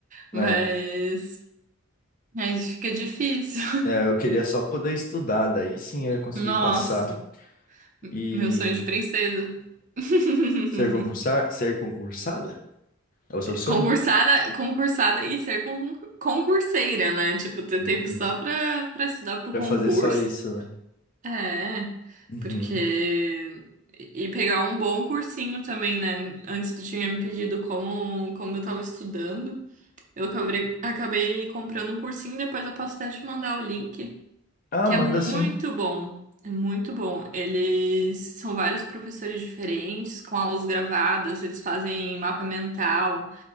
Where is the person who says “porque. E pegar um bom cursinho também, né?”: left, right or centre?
Right